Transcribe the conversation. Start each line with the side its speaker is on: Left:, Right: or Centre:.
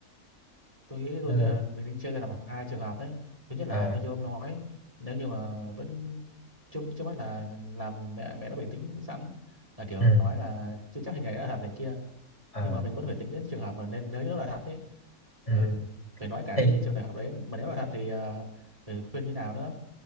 Right: tôi nghĩ tôi
Left: nên
Right: nghĩ
Left: là
Right: là mình nên chia ra làm hai trường hợp ấy thứ nhất là
Left: ờ
Right: như ông nói nếu như mà vẫn trước trước mắt là làm mẹ mẹ đã bình tĩnh sẵn là kiểu
Left: ừ
Right: nói là chưa chắc hình này đã là thật này kia
Left: ờ
Right: nhưng mà mình vẫn phải tính đến trường hợp mà nên nếu nó là thật ấy ừ
Left: ừ
Right: phải nói cả
Left: thì
Right: cái trường đại học đấy mà nếu là thật thì ờ, phải khuyên như nào nữa